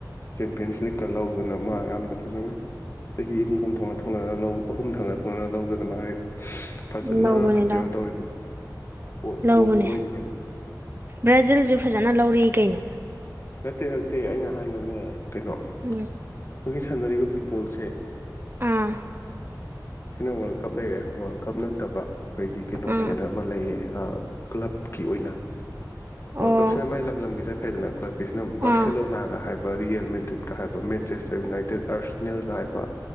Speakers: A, on the left; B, on the right.
A: ꯆꯦꯝꯄꯤꯌꯟꯁ ꯂꯤꯛꯀ ꯂꯧꯗꯅ ꯃꯥꯔꯛ ꯌꯥꯝꯅ ꯐꯖꯅ ꯆꯍꯤ ꯑꯅꯤ ꯑꯍꯨꯝ ꯊꯪꯅ ꯊꯪꯅꯅ ꯂꯧ ꯑꯍꯨꯝ ꯊꯪꯅ ꯊꯪꯅꯅ ꯂꯧꯖ ꯑꯗꯨ ꯃꯥꯗꯤ ꯐꯖꯅ
B: ꯂꯧꯕꯅꯦ
A: ꯀꯩꯅꯣ
B: ꯂꯧ
A: ꯇꯧꯔꯤꯕꯅꯤ ꯀꯣ
B: ꯂꯧꯕꯅꯦ
A: ꯀꯣꯠꯆ ꯑꯣꯏꯔꯤꯅꯦ
B: ꯕ꯭ꯔꯥꯖꯤꯜꯁꯨ ꯐꯖꯅ ꯂꯧꯔꯛꯏ ꯀꯩꯅꯣ
A: ꯅꯠꯇꯦ ꯍꯧꯠꯇꯦ ꯑꯩꯅ ꯍꯥꯏꯅꯅꯦ ꯀꯩꯅꯣ
B: ꯎꯝ
A: ꯑꯩꯈꯣꯏꯒꯤ ꯁꯥꯟꯅꯔꯤꯕ ꯐꯨꯠꯕꯣꯜꯁꯦ
B: ꯑꯥ
A: ꯁꯤꯅ ꯋꯥꯔꯜ ꯀꯞ ꯂꯩꯔꯦ ꯋꯥꯔꯜ ꯀꯞ ꯅꯠꯇꯕ ꯑꯩꯈꯣꯏꯒꯤ ꯀꯩꯅꯣ
B: ꯑꯥ
A: ꯍꯥꯏꯗꯅ ꯑꯃ ꯂꯩꯌꯦ ꯀ꯭ꯂꯕꯀꯤ ꯑꯣꯏꯅ
B: ꯑꯣ
A: ꯋꯥꯔꯜ ꯀꯞꯁꯤꯅ ꯃꯥꯏ ꯂꯝ ꯂꯝꯒꯤ ꯆꯠꯈ꯭ꯔꯦꯗꯅ ꯀ꯭ꯂꯕ ꯁꯤꯅ ꯕꯥꯔꯁꯦꯂꯣꯅꯥꯒ
B: ꯑꯥ
A: ꯍꯥꯏꯕ ꯔꯤꯌꯦꯜ ꯃꯦꯗ꯭ꯔꯤꯠꯀ ꯍꯥꯏꯕ ꯃꯦꯟꯆꯦꯁꯇꯔ ꯌꯨꯅꯥꯏꯇꯦꯠ ꯑꯥꯔꯁꯅꯤꯜ ꯀ ꯍꯥꯏꯕ